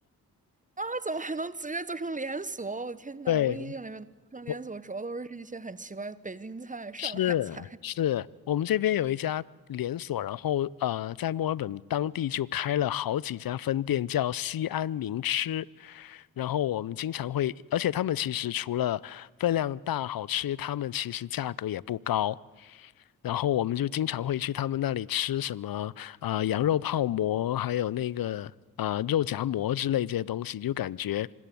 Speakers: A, on the right; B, on the left.
A: 啊！怎么还能直接做成连锁？我的天呐，
B: 对，
A: 我印象里面能做成连锁，
B: 我
A: 主要都是一些很奇怪的北京菜、上海菜。
B: 是是，我们这边有一家连锁，然后呃，在墨尔本当地就开了好几家分店，叫西安名吃。然后我们经常会，而且他们其实除了分量大、好吃，他们其实价格也不高。然后我们就经常会去他们那里吃什么啊、呃羊肉泡馍，还有那个啊、呃肉夹馍之类这些东西，就感觉